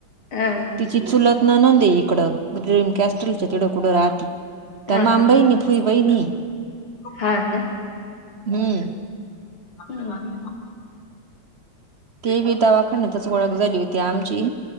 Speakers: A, on the left (about 75°); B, on the right (about 55°).
A: आ,
B: तिची चुलत, ननंद हे इकडं, ड्रिम क्रॅस्टलच्या तिड कुठं राहती, त्या
A: हा
B: माम बहिणी फुई बहिणी
A: हा, ना,
B: हम्म,
A: हम्म, हम्म,
B: ते बी, दवाखान्यातच ओळख झाली होती आमची,